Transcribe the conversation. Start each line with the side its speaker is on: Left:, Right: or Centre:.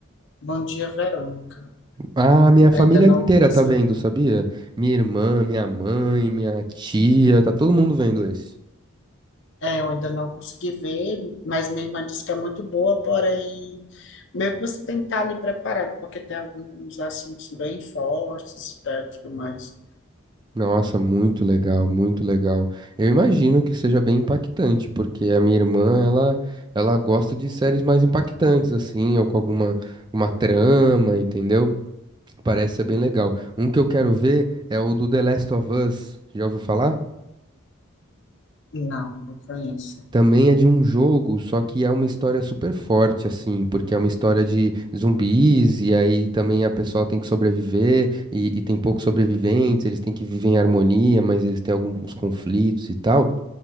Left: Bom Dia, Verônica.
Right: Ah, minha família
Left: Ainda não
Right: inteira
Left: conheço
Right: tá vendo, sabia? Minha irmã, minha mãe, minha tia, tá todo mundo vendo esse.
Left: É, eu ainda não consegui ver, mas minha irmã disse que é muito boa, porém, meio que você tem que estar ali preparado, porque tem alguns assuntos bem fortes e tal e tudo mais.
Right: Nossa, muito legal, muito legal. Eu imagino que seja bem impactante, porque a minha irmã, ela, ela gosta de séries mais impactantes, assim, ou com alguma uma trama, entendeu? Parece ser bem legal. Um que eu quero ver é o do The Last of Us. Já ouviu falar?
Left: Não, não conheço.
Right: Também é de um jogo, só que é uma história super forte, assim, porque é uma história de zumbis, e aí também a pessoa tem que sobreviver, e, e tem poucos sobreviventes, eles têm que viver em harmonia, mas eles têm alguns conflitos e tal.